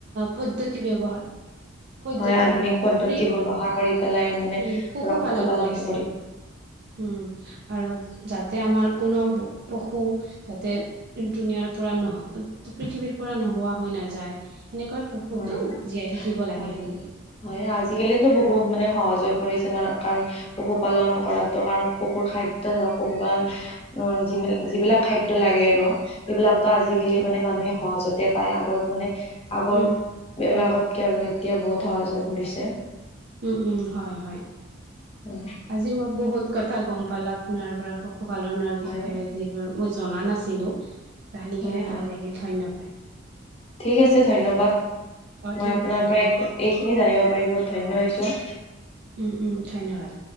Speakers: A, on the right; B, on the left.
A: পদ্ধতি ব্যৱহাৰ পদ্ধতি
B: হয় আধুনিক
A: ব্যৱহাৰ
B: পদ্ধতি
A: কৰি
B: ব্যৱহাৰ কৰি পেলাই মানে
A: উম পশুপালন
B: ধৰক পশুপালনটো
A: কৰিছে উম আৰু যাতে আমাৰ কোনো পশু যাতে দুুনীয়াৰ পৰা নহ পৃথিৱীৰ পৰা নোহোৱা হয় ন নাযায়, সেনেকৈ পশুটো
B: হয়।
A: জীয়াই থাকিব লাগে
B: হয়
A: বুলি।
B: হয় আজিকালিতো বহুত মানে সহজ হৈ পৰিছে ন, কাৰণ পশুপালন কৰাতো কাৰণ পশুৰ খাদ্য ধৰক পশুপালন <unintelligible> অ যিবিলাক যিবিলাক খাদ্য লাগে আৰু। এইবিলাকতো আজিকালি
A: উম হয়
B: মানে মানুহে সহজতে পায় আগৰ মানে আগৰ
A: উম
B: বিলেগতকৈ
A: হয়
B: আৰু এতিয়া বহুত সহজ হৈ পৰিছে। <unintelligible>
A: উম উম হয় হয়।
B: হয়।
A: আজি মই বহুত কথা গম পালো আপোনাৰ পৰা পশুপালনৰ
B: হয়
A: বিষয়ে যিবোৰ মই জনা নাছিলো। জানি
B: হয়
A: কেনে
B: হয়
A: ভাল লাগিল ধন্যবাদ
B: ঠিক আছে, ধন্যবাদ।
A: অ
B: মই
A: ঠিক
B: আপোনাৰ
A: আছে
B: পৰা
A: ধন্যবাদ
B: এই এইখিনি জানিব পাৰি বহুত ধন্য হৈছোঁ।
A: উম উম ধন্যবাদ।